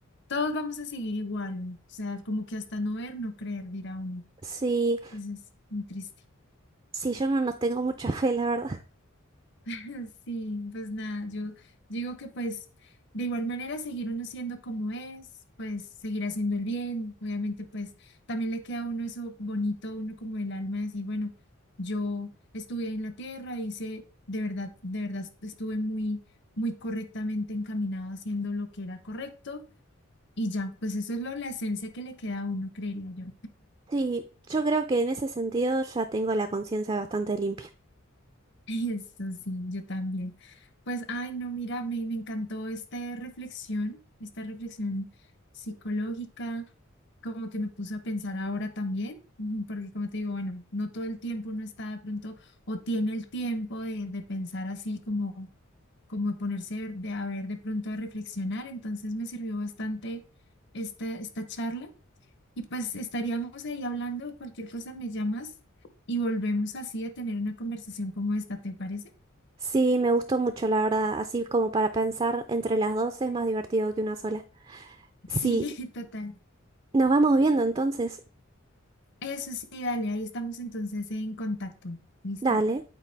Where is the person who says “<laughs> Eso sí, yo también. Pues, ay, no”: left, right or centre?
Left